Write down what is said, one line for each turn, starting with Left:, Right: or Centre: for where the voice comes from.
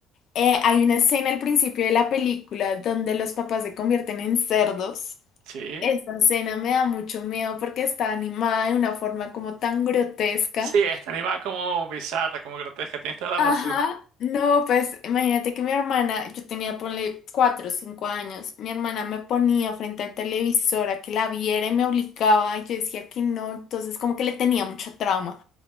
Left: eh, hay una escena al principio de la película donde los papás se convierten en cerdos.
Right: Sí.
Left: Esa escena me da mucho miedo porque está animada de una forma como tan grotesca.
Right: Sí, está animada como bizarra, como grotesca, tienes toda la
Left: Ajá,
Right: razón.
Left: no, pues imagínate que mi hermana, yo tenía, ponle, cuatro o cinco años, mi hermana me ponía frente al televisor a que la viera y me obligaba y yo decía que no, entonces como que le tenía mucha trauma